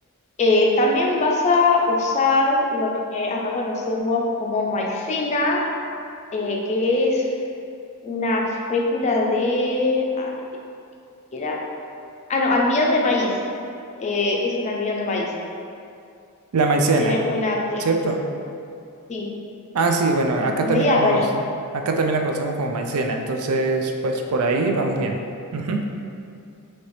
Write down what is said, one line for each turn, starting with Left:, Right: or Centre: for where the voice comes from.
Left: eh, también vas a usar lo que acá conocemos como maicena, eh, que es una fécula de... Ay, ¿qué era? Ah, no, almidón de maíz. Eh, es un almidón de maíz.
Right: la maicena,
Left: Tiene una textura
Right: ¿cierto?
Left: así,
Right: Ah, sí, bueno, acá
Left: m-
Right: también
Left: media
Right: la conoce,
Left: rarita.
Right: acá también la conocemos como maicena, entonces, pues por ahí vamos bien. Ujú.